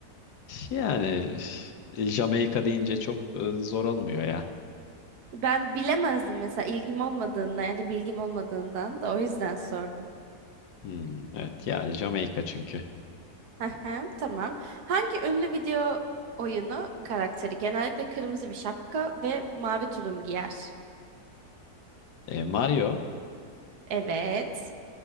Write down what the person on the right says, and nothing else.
Ben bilemezdim mesela ilgim olmadığından ya da bilgim olmadığından da o yüzden sordum.
<laughs> Ahem, Tamam. Hangi ünlü video oyunu karakteri genellikle kırmızı bir şapka ve mavi tulum giyer?
Evet.